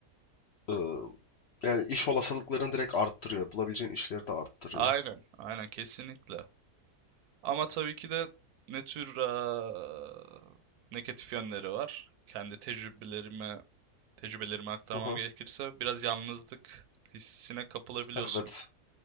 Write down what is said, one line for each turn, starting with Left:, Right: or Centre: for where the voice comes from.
Left: ıı, yani iş olasılıklarını direkt arttırıyor. Bulabileceğin işleri de arttırıyor.
Right: Aynen. Aynen kesinlikle. Ama tabii ki de ne tür eee, negatif yönleri var. Kendi tecrübelerime tecrübelerimi aktarmam
Left: Hı hı.
Right: gerekirse biraz yalnızlık hissine kapılabiliyorsun
Left: Evet.